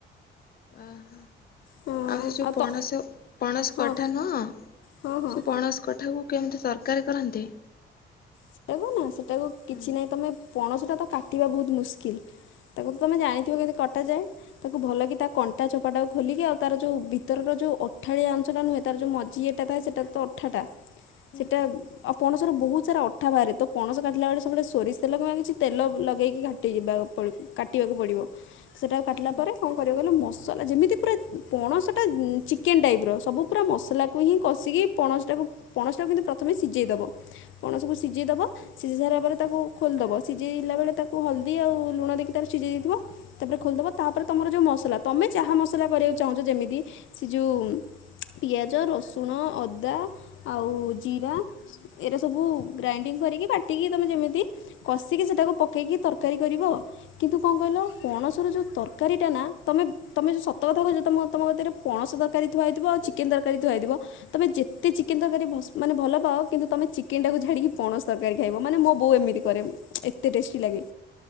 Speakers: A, on the left (about 50°); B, on the left (about 75°).
A: ଓ ହୋ।
B: ହଁ
A: ଆଉ ସେ ଯୋଉ ପଣସ
B: ତ
A: ପଣସ
B: ହଁ
A: କଠା ନୁହଁ
B: ହଁ ହଁ।
A: ସେ ପଣସ କଠାକୁ କେମିତି ତରକାରୀ କରନ୍ତି?
B: ସେଟାକୁ ନା ସେଟାକୁ କିଛି
A: ହୁଁ
B: ନାହିଁ ତମେ ପଣସଟା ତ କାଟିବା ବହୁତ୍ ମୁସ୍କିଲ୍। ତାକୁ ତ ତମେ ଜାଣିଥିବ କେମିତି କଟା ଯାଏ। ତାକୁ ଭଲ କି ତା କଣ୍ଟା ଚୋପା ଟା ଖୋଲିକି ଆଉ ତାର ଯଉ ଭିତରର ଯଉ ଅଠାଳିଆ ଅଂଶ ନୁହେଁ ତାର ଯଉ ମ <unintelligible> ସେଟା ତ ଅଠାଟା।
A: ହ <unintelligible>
B: ସେଟା ଆଉ ପଣସ ର ବହୁତ୍ ସାରା ଅ ଅଠା ବାହାରେ ତ ପଣସ କାଟିଲା ବେଳେ ସବୁବେଳେ ସୋରିଷ ତେଲ ବା କିଛି ତେଲ ଲଗେଇ କାଟିଯିବା ପଡିବ। କାଟିବାକୁ ପଡିବ ସେଟାକୁ କାଟିଲା
A: ହୁଁ ହୁଁ ହଁ।
B: ପରେ କଣ କରିବ କହିଲ ମସଲା ଯେମିତି ପୁରା ପଣସଟା ଚିକେନ୍ ଟାଇପ୍ ର ସବୁ ପୁରା ମସଲା କୁ ହିଁ କଷିକି ପଣସଟାକୁ-ପଣସଟାକୁ କିନ୍ତୁ ପ୍ରଥମେ ସିଜେଇଦବ ପଣସକୁ ସିଜେଇଦବ ସିଜି ସାରିଲା ପରେ ତାକୁ ଖୋଲିଦବ ସିଜେଇଲା ବେଳେ ତାକୁ ହଲଦୀ ଆଉ ଲୁଣ ଦେଇକି ତାକୁ ସିଜେଇ ଦେଇଥିବ ତାପରେ ଖୋଲିଦବ ତାପରେ ତମର ଯଉ ମସଲା ତମେ ଯାହା ମସଲା କରିବାକୁ ଚାହୁଁଚ ଯେମିତି ସେ ଯଉ ପିଆଜ, ରସୁଣ, ଅଦା ଆଉ ଜିରା ଏରା ସବୁ ଗ୍ରାଇଣ୍ଡିଙ୍ଗ୍ କରିକି ବାଟିକି ତମେ ଯେମିତି କଷିକି ସେଇଟାକୁ ପକେଇକି ତରକାରୀ କରିବ ଆଉ କିନ୍ତୁ କଣ କହିଲ ପଣସ ର ଯଉ ତରକାରୀ ଟା ନା ତମେ ତମେ ସତ କଥା କହୁଚ ତମ- ତମ କତିରେ ପଣସ ତରକାରୀ ଥୁଆହେଇଥିବ ଆଉ ଚିକେନ୍ ତରକାରୀ ଥୁଆ ହେଇଥିବ ତମେ ଯେତେ ଚିକେନ୍ ତରକାରୀ ଭ-ମାନେ ଭଲ ପାଅ କିନ୍ତୁ ତୁମେ ଚିକେନ୍ ଟାକୁ ଛାଡ଼ିକି ପଣସ ତରକାରୀ ଖାଇବ ମାନେ ମୋ ବଉ ଏମିତି କରେ ଏତେ ଟେଷ୍ଟି ଲାଗେ।